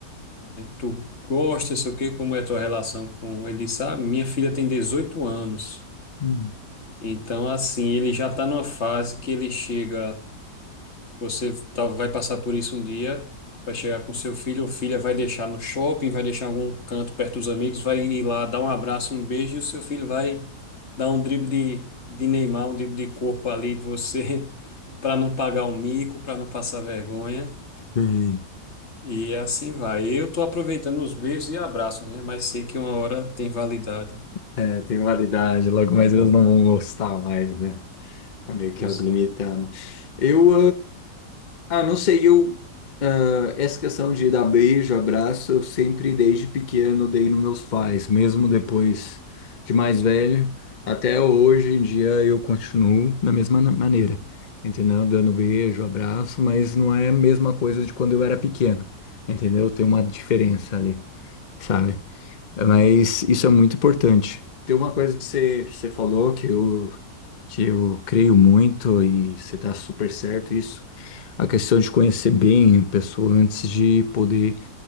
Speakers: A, on the left; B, on the left.
A: tu gosta, sei o quê, como é a tua relação com ele? Ele Disse, ah, minha filha tem 18 anos.
B: Uhum.
A: Então, assim, ele já tá numa fase que ele chega. Você tá- vai passar por isso um dia, vai chegar com seu filho ou filha, vai deixar no shopping, vai deixar em algum canto perto dos amigos, vai ir lá dar um abraço e um beijo, e o seu filho vai dar um drible de, de Neymar, um drible de corpo ali de você, <laughs> para não pagar o mico, para não passar vergonha.
B: Sim.
A: E assim vai. Eu tô aproveitando os beijos e abraços, né? Mas sei que uma hora tem validade.
B: É, tem validade, logo, mas eles não vão gostar mais, né? É meio que
A: Pois
B: algo limitando.
A: é,
B: Eu, ah, ah, não sei, eu, ah, essa questão de dar beijo, abraço, eu sempre desde pequeno dei nos meus pais, mesmo depois de mais velho, até hoje em dia eu continuo da mesma na- maneira, entendeu? Dando beijo, abraço, mas não é a mesma coisa de quando eu era pequeno, entendeu? Tem uma diferença ali, sabe? Mas isso é muito importante. Tem uma coisa que você, você falou que eu, que eu creio muito e você está super certo isso. A questão de conhecer bem a pessoa antes de poder